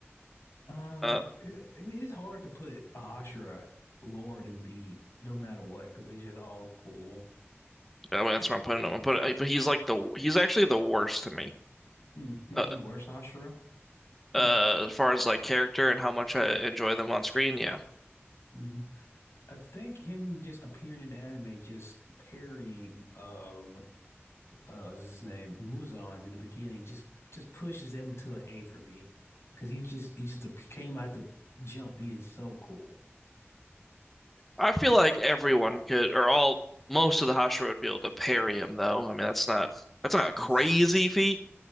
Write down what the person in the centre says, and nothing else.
Uh,
I mean, that's where I'm putting him. I'm putting, uh, but he's like the he's actually the worst to me.
Uh,
uh, as far as like character and how much I enjoy them on screen, yeah.
I feel like everyone could, or all most of the Hashira would be able to parry him, though. I mean, that's not that's not a
crazy feat.